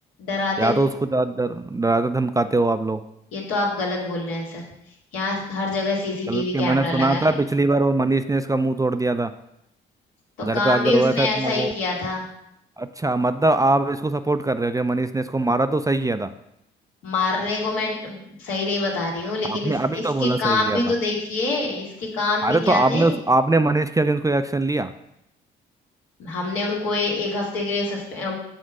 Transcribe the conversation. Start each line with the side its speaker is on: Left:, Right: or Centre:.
Left: डराते
Right: या तो उसको ज्यादा डर- डराते धमकाते हो आप लोग
Left: ये तो आप गलत बोल रहे हैं सर यहाँ हर जगह सीसीटीवी
Right: गलत के
Left: कैमरा
Right: मैंने सुना
Left: लगा
Right: था
Left: है
Right: पिछली बार वो मनीष ने इसका मुंह तोड़ दिया था
Left: तो
Right: घर
Left: काम
Right: पे आके
Left: भी उसने
Right: रोया था इतना
Left: ऐसा ही
Right: वो
Left: किया था
Right: अच्छा मतलब आप इसको सपोर्ट कर रहे हो जो मनीष ने इसको मारा तो सही किया था
Left: मारने को मैं सही नहीं बता रही हूँ लेकिन
Right: आपने
Left: इस,
Right: अभी
Left: इसके
Right: तो बोला
Left: काम
Right: सही किया
Left: भी तो
Right: था
Left: देखिए इसके काम भी
Right: अरे
Left: क्या
Right: तो आपने
Left: थे
Right: उस आपने मनीष के अगेंस्ट कोई एक्शन लिया
Left: हमने उनको ए, एक हफ्ते के लिए सस्पे- अ,